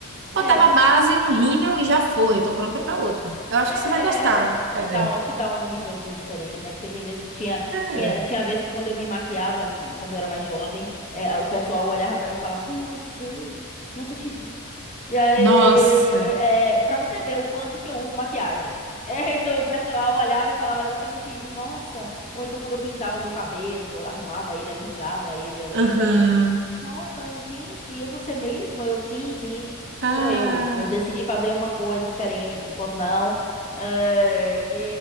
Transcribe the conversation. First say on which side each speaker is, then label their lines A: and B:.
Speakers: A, on the right (about 55°); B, on the left (about 30°).
A: Botava
B: É.
A: a base, um rímel e já foi. Tô pronta pra outro. Eu acho
B: É, é,
A: que você vai gostar de
B: é,
A: fazer.
B: te dá um, te dá um nívelzinho diferente, né? Porque tem vezes, tinha, tinha,
A: É.
B: tinha vez que quando eu me maquiava, hum, quando eu era mais jovem, é, o pessoal olhava pra mim e falava, quem é você? Nunca te vi. E aí,
A: Nossa.
B: é, pra você ver o quanto que eu uso maquiagem. É, <laughs> então o pessoal olhava e falava exatamente isso. Nossa, ou então quando eu pintava meu cabelo, bo- arrumava ele, alisava ele, alguém
A: Aham.
B: olhava assim, nossa, gente, é você mesmo? Eu, sim, sim,
A: Ah,
B: sou eu. Eu decidi fazer uma coisa diferente, não posso não eh, que